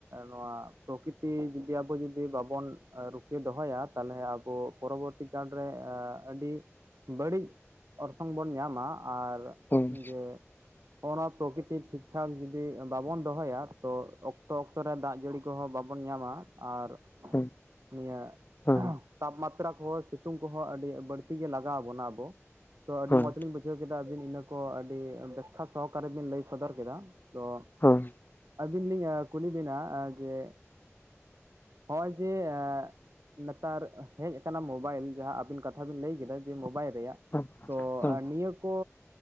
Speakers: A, on the right (about 85°); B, on the left (about 40°).
A: ᱱᱚᱣᱟ ᱯᱨᱚᱠᱤᱛᱤ ᱛᱤ ᱡᱩᱫᱤ ᱟᱵᱚ ᱡᱩᱫᱤ ᱵᱟᱵᱚᱱ ᱨᱩᱠᱷᱤᱭᱟᱹ ᱫᱚᱦᱚᱭᱟ ᱛᱟᱦᱚᱞᱮ ᱟᱵᱚ ᱯᱚᱨᱚᱵᱚᱨᱛᱤ ᱠᱟᱞ ᱨᱮ ᱟᱹᱰᱤ ᱵᱟᱹᱲᱤᱡ ᱚᱨᱥᱚᱝ ᱵᱚᱱ ᱧᱟᱢᱟ᱾ ᱟᱨ
B: ᱦᱩᱸ
A: ᱡᱮ ᱱᱚᱜᱼᱱᱚᱣᱟ ᱯᱨᱚᱠᱨᱤᱛᱤ ᱴᱷᱤᱠ ᱴᱷᱟᱠ ᱡᱩᱫᱤ ᱵᱟᱵᱚᱱ ᱫᱚᱦᱚᱭᱟ ᱛᱚ ᱚᱠᱛᱚ ᱚᱠᱛᱚ ᱨᱮ ᱫᱟᱜ ᱡᱟᱹᱲᱤ ᱠᱚᱦᱚᱸ ᱵᱟᱵᱚᱱ ᱧᱟᱢᱟ ᱟᱨ
B: ᱦᱩᱸ
A: ᱱᱤᱭᱟᱹ
B: ᱦᱩᱸ
A: ᱛᱟᱯᱢᱟᱛᱨᱟ ᱠᱚᱦᱚᱸ ᱥᱤᱛᱩᱝ ᱠᱚᱦᱚᱸ ᱟᱹᱰᱤ ᱵᱟᱹᱲᱛᱤ ᱜᱮ ᱞᱟᱜᱟᱣ ᱵᱚᱱᱟ ᱟᱵᱚ ᱛᱚ ᱟᱹᱰᱤ
B: ᱦᱮᱸ
A: ᱢᱚᱸᱡᱽ ᱞᱤᱧ ᱵᱩᱡᱷᱟᱹᱣ ᱵᱩᱡᱷᱟᱹᱣ ᱠᱮᱫᱟ ᱟᱹᱵᱤᱱ ᱤᱱᱟᱹ ᱠᱚ ᱟᱹᱰᱤ ᱵᱮᱠᱷᱟ ᱥᱚᱦᱚᱠᱟᱨᱮ ᱵᱤᱱ ᱞᱟᱹᱭ ᱥᱚᱫᱚᱨ ᱠᱮᱫᱟ ᱾ᱛᱚ
B: ᱦᱮᱸ
A: ᱟᱹᱵᱤᱱ ᱞᱤᱧ ᱠᱩᱞᱤ ᱵᱤᱱᱟ ᱡᱮ ᱦᱚᱜᱼᱚᱭ ᱡᱮ ᱱᱮᱛᱟᱨ ᱦᱮᱡ ᱟᱠᱟᱱᱟ ᱢᱳᱵᱟᱭᱤᱞ ᱡᱟᱦᱟᱸ ᱟᱹᱵᱤᱱ ᱠᱟᱛᱷᱟ ᱵᱤᱱ ᱞᱟᱹᱭ ᱠᱮᱫᱟ ᱡᱮ ᱢᱳᱵᱟᱭᱤᱞ ᱨᱮᱭᱟᱜ
B: ᱦᱮᱸ
A: ᱛᱚ
B: ᱦᱮᱸ
A: ᱱᱤᱭᱟᱹ ᱠᱚ